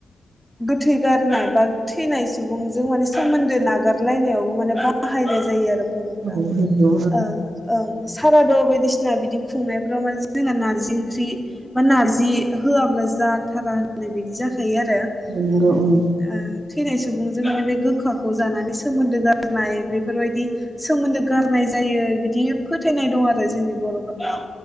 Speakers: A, in the centre; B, on the right.
A: गोथै गारनाय बा थैनाय सुबुंजों माने सोमोन्दो नागारलायनायावबो माने बाहायनाय जायो आरो। बरफ्रा।
B: औ नंगौ
A: ओं ओं। साराद' बायदिसिना बिदि खुंनायफ्राव मानसि जोंना नार्जि ओंख्रि बा नार्जि होआब्ला जाथारा होननाय बायदि जाख थायो आरो
B: नंगौ
A: उम
B: ओं
A: ओं थैनाय सुबुंजों माने गोखाखौ जानानै सोमोन्दो गारनाय बेफोरबायदि सोमोन्दो गारनाय जा जायो बिदि फोथायनाय दं आरो जोंनि बर'फोरनाव।